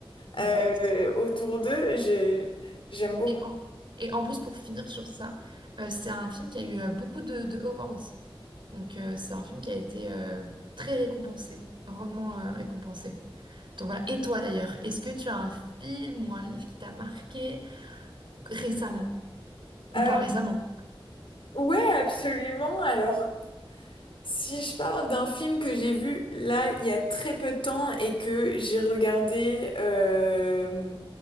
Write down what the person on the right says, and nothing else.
exactement.
Et en, et en plus, pour finir sur ça, euh, c'est un film qui a eu euh, beaucoup de, de awards. Donc, euh, c'est un film qui a été euh, très récompensé, grandement euh, récompensé. Donc, voilà. Et toi d'ailleurs, est-ce que tu as un film ou un livre qui t'a marqué récemment ou
pas récemment?